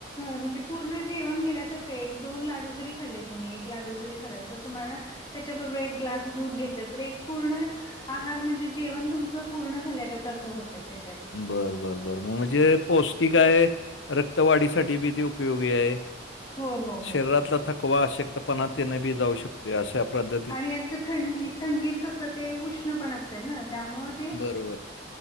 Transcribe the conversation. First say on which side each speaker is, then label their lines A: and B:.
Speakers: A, on the left; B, on the left.
A: म्हणजे पूर्ण जेवण गेल्यासारखं एक- दोन लाडू जरी खाल्ले तुम्ही लाडू जरी कराय तर तुम्हाला, त्याच्याबरोबर एक ग्लास दूध घेतला तर एक पूर्ण आहार म्हणजे जेवण तुमच पूर्ण झाल्या ग सारखं होतंय त्याच्यात.
B: बरं, बरं, बरं म्हणजे पौष्टिक हाय रक्तवाढीसाठी बी ते उपयोगी हाय.
A: हो हो
B: शरीरातला
A: हो
B: थकवा अशक्तपणा तेन बी जाऊ शकतोय अशा प्रद
A: आणि आता थंडी, थंडीत कसं ते उष्ण पण असते ना त्यामुळ ते
B: बरोबर.